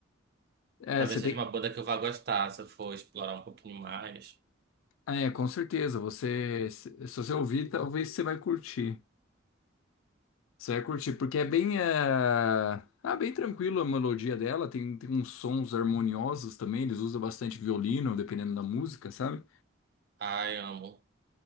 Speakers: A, on the left; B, on the right.
A: É,
B: talvez
A: você
B: seja
A: tem.
B: uma banda que eu vá gostar se eu for explorar um pouquinho mais.
A: É, com certeza. Você, se se você ouvir, talvez você vai curtir. Você vai curtir, porque é bem, eh, ah, bem tranquilo a melodia dela. Tem, tem uns sons harmoniosos também. Eles usam bastante violino, dependendo da música, sabe?
B: Ai, amo.